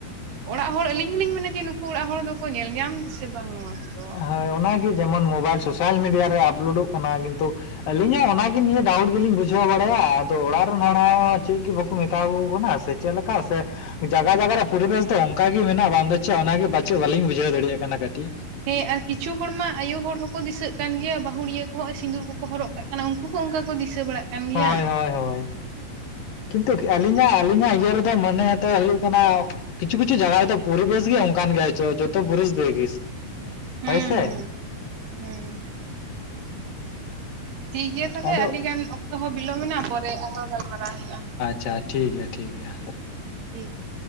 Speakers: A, on the right (about 80°); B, on the left (about 65°).
A: ᱚᱲᱟᱜ ᱦᱚᱲ ᱟᱹᱞᱤᱧ ᱦᱚᱞᱤᱧ ᱢᱮᱱᱟ ᱡᱮ ᱱᱩᱠᱩ ᱚᱲᱟᱜ ᱦᱚᱲ ᱫᱚᱠᱚ ᱧᱮᱞ ᱧᱟᱢ ᱫᱟᱥᱮ ᱵᱟᱝ ᱱᱚᱣᱟ᱾ ᱠᱚᱫᱚ
B: ᱦᱳ ᱚᱱᱟᱜᱮ ᱡᱮᱢᱚᱱ ᱢᱳᱵᱟᱭᱤᱞ ᱥᱳᱥᱟᱞ ᱢᱤᱰᱤᱭᱟ ᱨᱮ ᱟᱯᱞᱳᱰᱳᱜ ᱠᱟᱱᱟ, ᱠᱤᱱᱛᱩ ᱟᱹᱞᱤᱧ ᱦᱚᱸ ᱚᱱᱟ ᱜᱤ ᱱᱤᱭᱟᱹ ᱰᱟᱣᱩᱴ ᱜᱮᱞᱤᱧ ᱵᱩᱡᱷᱟᱹᱣ ᱵᱟᱲᱟᱭᱟ ᱟᱫᱚ ᱚᱲᱟᱜ ᱨᱮᱱ ᱦᱚᱲ ᱦᱚᱸ ᱪᱮᱜ ᱜᱮ ᱵᱟᱠᱩ ᱢᱮᱛᱟᱣ ᱟᱠᱩ ᱠᱟᱱᱟ ᱥᱮ᱾ ᱪᱮᱞᱠᱟ ᱥᱮ ᱡᱟᱭᱜᱟ ᱡᱟᱭᱜᱟ ᱨᱮ ᱯᱚᱨᱤᱵᱮᱥ ᱫᱚ ᱚᱱᱠᱟ ᱜᱮ ᱢᱮᱱᱟᱜᱼᱟ ᱵᱟᱝ ᱫᱚ ᱪᱮᱜ ᱚᱱᱟ ᱜᱮ ᱯᱟᱪᱮᱜ ᱵᱟᱞᱤᱧ ᱵᱩᱡᱷᱟᱹᱣ ᱫᱟᱲᱮᱭᱟᱜ ᱠᱟᱱᱟ ᱠᱟᱹᱴᱤ᱾
A: ᱦᱮᱸ ᱟᱨ ᱠᱤᱪᱷᱩ ᱦᱚᱲ ᱢᱟ ᱟᱭᱳ ᱦᱚᱲ ᱦᱚᱸ ᱠᱚ ᱫᱤᱥᱟᱹᱜ ᱠᱟᱱ ᱜᱮᱭᱟ ᱵᱟᱹᱦᱩᱲᱤᱭᱟᱹ ᱠᱚᱦᱚᱸ ᱥᱤᱸᱫᱩᱨ ᱠᱚᱠᱚ ᱦᱚᱨᱚᱜ ᱠᱟᱜ ᱠᱟᱱᱟ ᱩᱱᱠᱩ ᱦᱚᱸ ᱚᱱᱠᱟ ᱠᱚ ᱫᱤᱥᱟᱹ ᱵᱟᱲᱟᱜ ᱠᱟᱱ
B: ᱦᱳᱭ
A: ᱜᱮᱭᱟ
B: ᱦᱳᱭ ᱦᱳᱭ ᱠᱤᱱᱛᱩ
A: ᱦᱩᱸ
B: ᱠᱤ ᱟᱹᱞᱤᱧᱟᱜ ᱟᱹᱞᱤᱧᱟᱜ ᱤᱭᱟᱹ ᱨᱮ ᱛᱮ ᱢᱚᱱᱮ ᱟᱛᱮᱜ ᱦᱩᱭᱩᱜ ᱠᱟᱱᱟ ᱠᱤᱪᱷᱩ ᱠᱤᱪᱷᱩ ᱡᱟᱭᱜᱟ ᱨᱮᱫᱚ ᱯᱚᱨᱤᱵᱮᱥ ᱜᱮ ᱚᱱᱠᱟᱱ ᱜᱮᱭᱟ ᱦᱳᱪᱳ ᱡᱚᱛᱚ ᱯᱚᱨᱤᱥ ᱵᱮ ᱡᱮᱥ,
A: ᱦᱩᱸ
B: ᱦᱳᱭ ᱥᱮ᱾
A: ᱦᱩᱸ᱾ ᱴᱷᱤ ᱜᱮᱭᱟ ᱛᱟᱦᱚᱞᱮ
B: ᱟᱫᱚ
A: ᱟᱹᱰᱤ ᱜᱟᱱ ᱚᱠᱛᱚ ᱦᱚᱸ ᱵᱤᱞᱚᱢᱮᱱᱟ ᱯᱚᱨᱮ ᱟᱨᱚ ᱜᱟᱞᱢᱟᱨᱟᱣ ᱦᱩᱭᱩᱜᱼᱟ᱾
B: ᱪᱟ ᱴᱷᱤ ᱜᱮᱭᱟ ᱴᱷᱤ ᱜᱮᱭᱟ᱾
A: <inaudible>